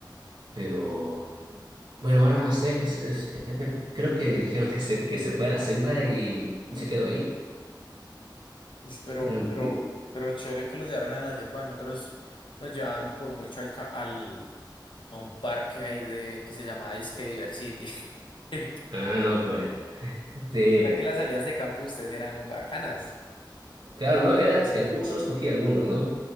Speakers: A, on the right; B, on the left.
A: Pero bueno, ahora no sé, es, es- eh, eh, creo que dijeron que se, que se fue a la selva y se quedó ahí.
B: uy, pero,
A: Era un-
B: pero, pero chévere que los llevaran a la selva. Nosotros nos llevaban por mucho al, ca- al a un parque ahí de que se llamaba Disque Diversity. <laughs>
A: ah, no, pues. Sí.
B: O sea que las salidas de campo de ustedes eran bacanas.
A: Claro, ¿no? Era, es que algu- solo escogí algunos, ¿no?